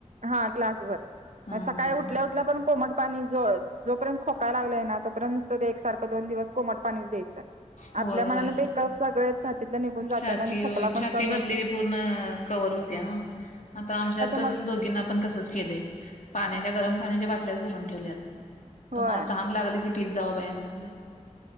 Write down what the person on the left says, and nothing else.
हा
हा
होय
होय
छाती
होय
छाती
भरलेली
पूर्ण कवर होते ना आता आमच्यात पण
दोघींना ण तच के पाण्याच्या गरम पाण्याच्या बाटल्यात भरून ठेव
मला त ला पिझ्झा व बया ना म्हधलं